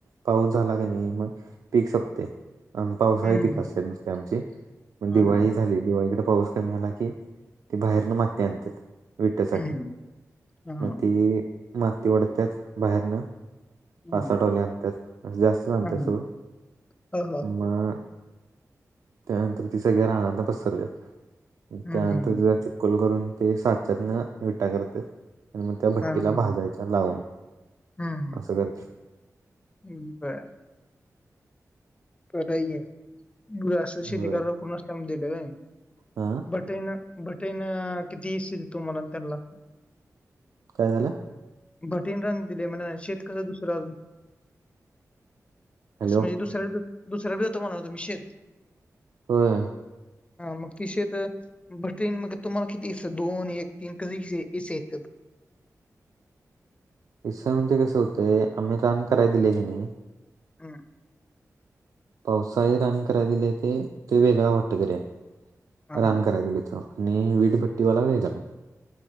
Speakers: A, on the right (about 65°); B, on the left (about 20°).
A: पाऊस झाला का नाही मग पीक संपते. म पावसाही
B: हम्म.
A: पिकक असतात नुसते आमची मग
B: हा
A: दिवाळी
B: हा.
A: झाली दिवाळीकडे पाऊस. मिळाला की ते बाहेरन माती आणतत्यात. विठठ्यासाठी
B: हम्म. हा हा.
A: मग ती माती ओढतते बाहेरन.
B: हम्म.
A: पासाठवाले आणतात जास्त जातात
B: हा हा.
A: सवय.
B: हा हा.
A: आम. त्यानंतर ती सगळ्या राहनाना पसरात
B: हम्म.
A: त्यानंतर कल करून ते सातच्याातन विटा करतत्यात, आणि मग त्या भट्टीला
B: हा हा.
A: भाजायच्या लावून.
B: हम्म
A: असं करतात
B: ह ह् बर. तर मु असं शेती
A: होय
B: ककण असल्या दिलं व्हय.
A: हा.
B: बटेन बटेन किती इ देतो मला त्यांना?
A: काय झालं.
B: भटिंरनी दिले म्हण ना शेत कसं दुसरं अजून.
A: हॅलो
B: असं म्हणजे दुसऱ्या दुसऱ्यावर होतो म्हणतो निषेध.
A: होय.
B: हा मग तिशेत बर ट्रेन मग तुम्हाला किती हिस्स दोन एक तीन कसे क हिस्स येतात
A: हिस्सा म्हणजे कसं होतंय आम्ही रान कराय दिले की नाही
B: हम्
A: पावसाळी रान कराय दिले ते ते वेगळा वाटकरी हाय
B: हा
A: रान
B: हा
A: कराय दिलय ते आणि वीटभट्टीवाला वेगळा